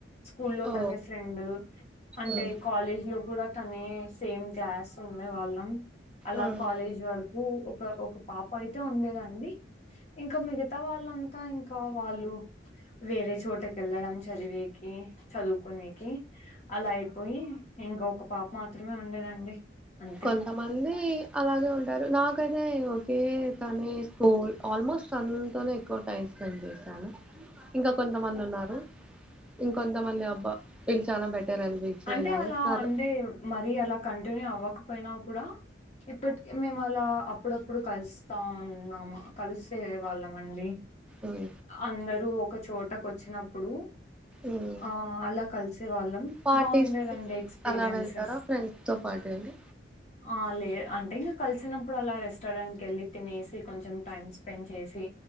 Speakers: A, on the left; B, in the centre.
A: స్కూల్లో
B: ఓ
A: తనే ఫ్రెండ్ అంటే
B: ఉమ్
A: కాలేజ్ లో ఇప్పుడు కూడా తనే సేమ్ క్లాస్ ఉన్నే వాళ్ళం అలా
B: ఉమ్.
A: కాలేజ్ వరకు ఒక ఒక పాప అయితే ఉండేదండి ఇంకా మిగతా వాళ్ళంతా ఇంకా వాళ్ళు వేరే చోటకి వెళ్ళడం చదివేకి చదువుకునేకి అలా అయిపోయి ఇంకా ఒక పాప మాత్రమే ఉండేదండి అంతే
B: కొంతమంది కొంతమంది అలాగే ఉంటారు నాకైతే ఒకే కాలేజ్ ఆల్మోస్ట్ తనేతొనేఎక్కువ టైం స్పెండ్ చేశాను ఇంకా కొంతమంది ఉన్నారు ఇంకొంతమంది అబ్బా వీళ్ళు చాలా బెటర్ అనిపించి
A: అంటే
B: ఇలాగ
A: అలా
B: ఉన్నారు
A: అంటే మరి అలా కంటిన్యూ అవ్వకు పోయినా కూడా ఇప్పటిక మేము అలా అప్పుడప్పుడు కలుస్తా ఉన్నాము కలిసే వాళ్ళం అండి
B: ఉమ్
A: అందరు చోట కొచ్చినప్పుడు
B: ఉమ్
A: ఆ అలా కలిసే వాళ్ళం
B: పార్టీస్
A: బాగుండేదండి
B: కి
A: ఎక్స్పీరియన్సెస్
B: అలా వెళ్తారా ఫ్రెండ్స్ తో పాటు అండి
A: ఆ లే అంటే కలిసినప్పుడు అలా రెస్టారెంట్ కి వెళ్ళి తినేసి కొంచెం టైం స్పెండ్ చేసి